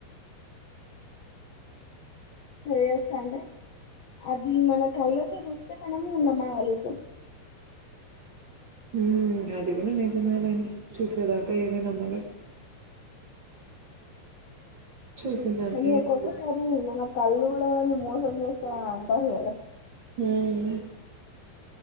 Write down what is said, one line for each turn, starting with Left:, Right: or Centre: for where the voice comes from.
Left: చేయొచ్చా అండి అది మన కళ్ళతో చూస్తే. మనము నమ్మగలుగుతం.
Right: ఉమ్ అది కూడ నిజమేలే చూసేదాకా ఏది నమ్మలేం. చూసిందాన్ని
Left: కానీ ఒక్కొక్కసారి
Right: ఎప్పుడు
Left: మన కళ్ళు కూడా మనని మోసం చేస్తాయని అంటారు కదా.
Right: ఉమ్.